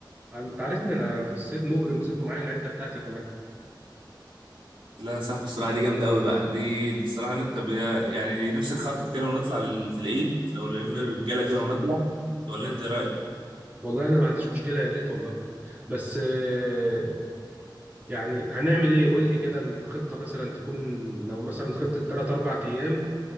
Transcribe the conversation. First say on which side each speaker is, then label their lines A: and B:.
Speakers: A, on the right; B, on the right.
A: انت عارفني انا في الصيد مجرم صيد ومعايا العده بتاعتي كمان
B: لا يا صاحبي الصراحة دي جامدة أوي بقى دي اللي الصراحة نت... يعني نفسي نخطط كده ونطلع لل... في العيد لو لم
A: امم
B: الرجالة كده ونطلع ولا
A: امم
B: أنت إيه رأيك؟
A: والله انا ما عنديش مشكله يا ريت والله بس آه، يعني هنعمل ايه قول لي كده الخطه مثلا تكون لو مثلا خطه 3 4 ايام